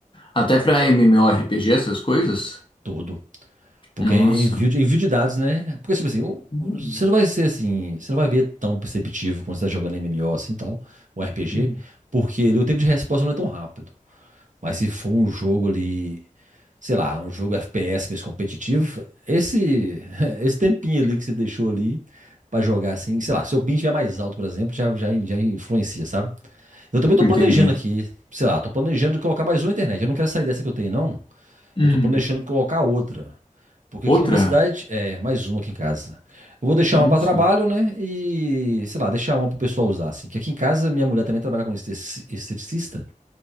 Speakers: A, on the left; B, on the right.
A: Até pra MMORPG, essas coisas?
B: tudo. Porque
A: Nossa.
B: é envio de, envio de dados, né? Porque, tipo assim, o-
A: Hum,
B: o- você não vai ser assim, você não vai ver tão perceptivo quando você tá jogando MMO assim tal, ou RPG,
A: hum.
B: porque ali o tempo de resposta não é tão rápido. Mas se for um jogo ali, sei lá, um jogo FPS mesmo competitivo, esse, <laughs> esse tempinho ali que você deixou ali pra jogar assim, sei lá, se o ping estiver mais alto, por exemplo, já, já, já influencia, sabe? Eu também tô
A: Entendi.
B: planejando aqui, sei lá, tô planejando de colocar mais uma internet. Eu não quero sair dessa que eu tenho, não.
A: Hum.
B: Eu tô planejando colocar outra. Porque aqui
A: Outra?
B: na minha cidade, é, mais uma aqui em casa. Eu vou deixar
A: Nossa.
B: uma para trabalho, né? E, sei lá, deixar uma pro pessoal usar, assim. Que aqui em casa, minha mulher também trabalha com estetici- esteticista.